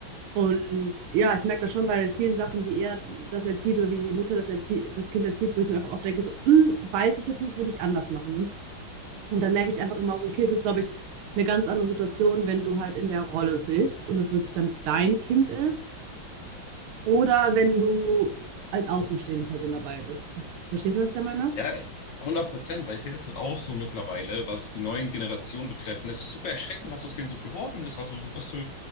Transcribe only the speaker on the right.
Und ja, ich merke das schon bei vielen Sachen, wie er das erzieht oder wie die Mutter das, erzie das Kind erzieht, wo ich mir einfach oft denke, so, "Mm, weiß ich jetzt nicht, würde ich anders machen. Und dann merke ich einfach immer so, okay, es ist, glaube ich, eine ganz andere Situation, wenn du halt in der Rolle bist und es wirklich dann dein Kind ist oder wenn du als außenstehende Person dabei bist. Verstehst du, was ich da meine?